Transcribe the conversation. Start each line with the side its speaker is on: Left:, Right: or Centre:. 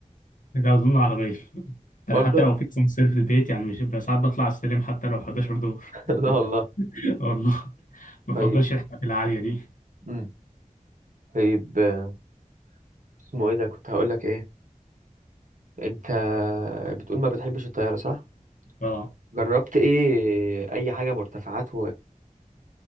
Left: ده اظن عربيه <laughs> ده
Right: برضه
Left: انا حتى لو في اسانسير في البيت يعني مش بس ساعات بطلع السلم حتى لو 11 دور
Right: <laughs> لا والله
Left: <laughs> آه والله ما
Right: طيب
Left: بفضلش الحاجات العاليه دي
Right: امم طيب آه، اسمه ايه ده كنت هقولك ايه انت بتقول ما بتحبش الطيارة صح
Left: اه
Right: جربت ايه اي حاجة مرتفعات